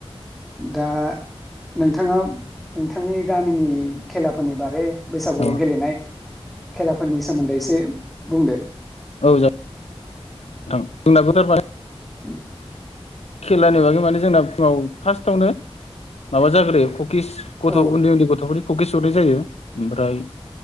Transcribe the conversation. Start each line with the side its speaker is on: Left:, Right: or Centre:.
Centre: दा नोंथाङा नोंथांनि गामिनि खेलाफोरनि बारै बैसागुआव
Left: औ
Centre: गेलेनाय खेलाफोरनि सोमोन्दै एसे बुंदो।
Left: औ <unintelligible>
Centre: उम
Left: खेलानि बागै माने जोंना फुङाव फार्स्टआवनो माबा जाग्रोयो ख किस गथ'
Centre: औ
Left: उन्दै उन्दै गथ'फोरनि हुखि सुरि जायो। ओमफ्राय